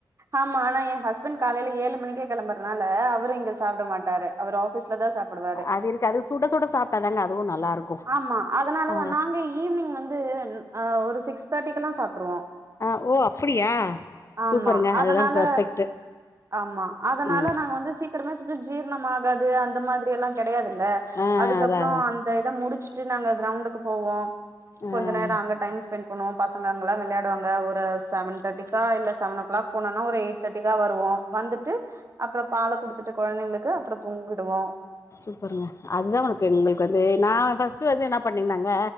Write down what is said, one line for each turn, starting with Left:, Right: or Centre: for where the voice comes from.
Right: ஆமா ஆனா என் ஹஸ்பண்ட் காலையில ஏழு மணிக்கே கெளம்பறனால அவரு இங்க சாப்ட மாட்டாரு அவர் ஆஃபீஸ்லதா சாப் போடுவாரு
Left: அது இருக்காது சுட சுட சாப்ட்டாதாங்க அதுவு நல்லா இருக்கு
Right: ஆமா அதனாலதா
Left: ஆ
Right: நாங்க ஈவினிங் வந்து ம் அ ஒரு சிக்ஸ் தேர்ட்டிக்கெல்லா சாப்ட்ருவோ
Left: ஆ ஓ அப்படியா
Right: ஆமா
Left: சூப்பருங்க
Right: அதனால
Left: அதுதா பெர்ஃபெக்ட்டு
Right: ஆமா அதனால
Left: ம்
Right: நாங்க வந்து சீக்கிரமா செஞ்சு ஜீரணம் ஆகாது அந்த மாதிரி எல்லா கெடையாதில்ல
Left: ஆ
Right: அதுக்கப்புறோ
Left: அதா அதா
Right: அந்த இத முடிச்சிட்டு நாங்க கிரௌண்டுக்கு போவோ
Left: ஆ
Right: கொஞ்ச நேரோ அங்க டைம் ஸ்பெண்ட் போனு பசங்கங்கெல்லா விளையாடுவாங்க ஒரு செவன் தேர்ட்டிக்கா இல்ல செவன் ஓ கிளாக் போனனா ஒரு எயிட் தேர்ட்டிக்கா வருவோ வந்துட்டு அப்பற பால குடுத்துட்டு கொழந்தைங்களுக்கு அப்பற தூங்கிடுவோ
Left: சூப்பருங்க அதுதா உனக்கு உங்களுக்கு வந்து நா ஃபஸ்ட்ட் வந்து என்ன பண்ணேனாங்க